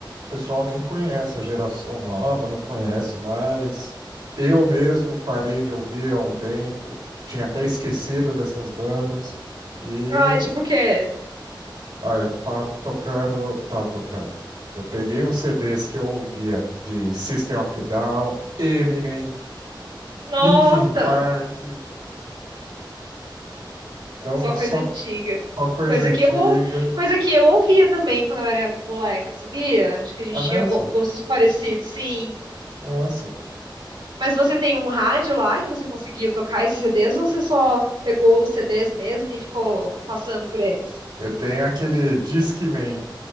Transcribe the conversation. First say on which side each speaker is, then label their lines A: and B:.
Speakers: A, on the right (about 70°); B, on the right (about 85°).
A: pessoal nem conhece, a geração nova não conhece mais. Eu mesmo parei de ouvir há um tempo, tinha até esquecido dessas bandas. E
B: Ai, tipo o quê?
A: Olha, tá tocando, tava tocando. Eu peguei uns CDs que eu ouvia de System of a Down, Eminem,
B: Nossa!
A: Linkin Park, então
B: Só
A: só,
B: coisa antiga.
A: só coisa
B: Coisa
A: antiga.
B: que eu, ou- coisa que eu ouvia também quando eu era moleca, sabia? Acho que a gente
A: É mesmo?
B: tinha go- gostos parecidos, sim.
A: Nossa,
B: Mas você tem um rádio lá que você conseguiu tocar esses CDs ou você só pegou os CDs mesmo e ficou passando por eles?
A: eu tenho aquele Discman,